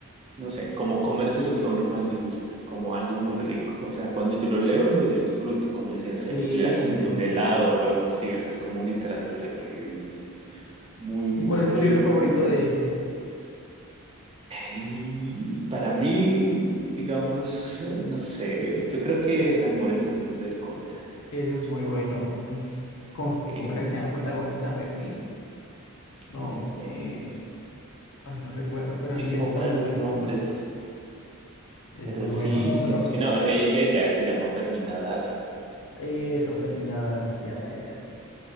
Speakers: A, on the right; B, on the left.
A: no sé, como comerse lo que a uno más le gusta, como algo muy rico, o sea, cuando yo lo leo lo disfruto, como si, no sé,
B: Sí,
A: me estuviera comiendo
B: definitivamente.
A: un helado o algo así, o sea, es como literatura que es muy, muy
B: ¿Y cuál es
A: rico
B: tu libro favorito
A: de ver.
B: de él?
A: Y para mí, digamos, eh, no sé, yo creo que el amor en los tiempos del cólera
B: Ese es muy bueno. Uy, ¿cómo,
A: es
B: cómo era que se llama el protagonista? ¿Fermín? No,
A: eh,
B: eh, ay, no recuerdo, pero
A: buenísimo
B: sí, es muy,
A: para los
B: muy
A: nombres,
B: bueno. Es
A: pero
B: muy
A: sí,
B: bueno. No,
A: sí,
B: pero
A: sí, no, e- ella se llama Fermina Daza,
B: eso, Fermín Daza se llama ella.